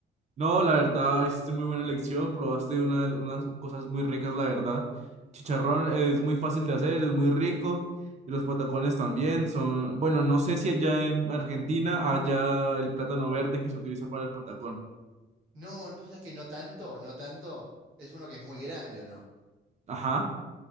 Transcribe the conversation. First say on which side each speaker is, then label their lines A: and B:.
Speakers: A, on the right (about 35°); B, on the right (about 85°).
A: no, la verdad, hiciste muy buena lección, probaste una, de la- unas cosas muy ricas, la verdad. Chicharrón eh, es muy fácil de hacer, es muy rico, y los patacones también son, bueno, no sé si allá en Argentina haya el plátano verde que se utiliza para el patacón.
B: No, vos sabés que no tanto, no tanto. Es uno que es muy grande, ¿o no?
A: Ajá.